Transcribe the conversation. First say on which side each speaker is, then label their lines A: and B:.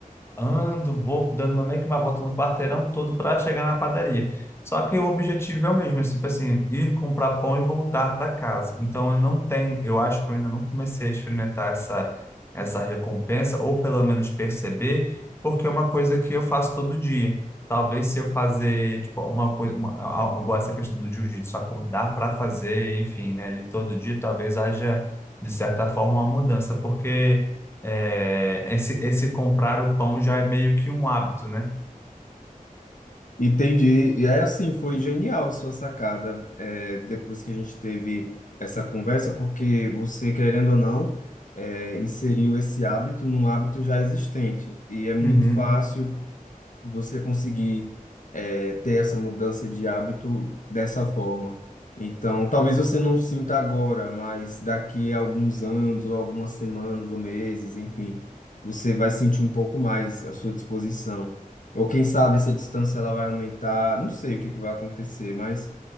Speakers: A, on the left (about 15°); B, on the left (about 65°).
A: ando, vou dando uma- meio que uma volta no quarteirão todo para chegar na padaria. Só que o objetivo é o mesmo, é tipo assim, ir comprar pão e voltar para casa. Então eu não tenho, eu acho que eu ainda não comecei a experimentar essa essa recompensa ou pelo menos perceber, porque é uma coisa que eu faço todo dia. Talvez se eu fazer, tipo, uma coisa, uma, a- a- igual essa questão do jiu-jitsu, acordar para fazer, enfim, né, ele todo dia, talvez haja de certa forma uma mudança, porque é, esse, esse comprar o pão já é meio que um hábito, né?
B: Entendi. E aí, assim, foi genial a sua sacada, é, depois que a gente teve essa conversa, porque você, querendo ou não, é, inseriu esse hábito num hábito já existente. E é muito
A: Uhum.
B: Uhum. fácil você conseguir é, ter essa mudança de hábito dessa forma. Então, talvez você não sinta agora, mas daqui a alguns anos, ou algumas semanas, ou meses, enfim, você vai sentir um pouco mais à sua disposição. Ou quem sabe essa distância ela vai aumentar, não sei o que que vai acontecer, mas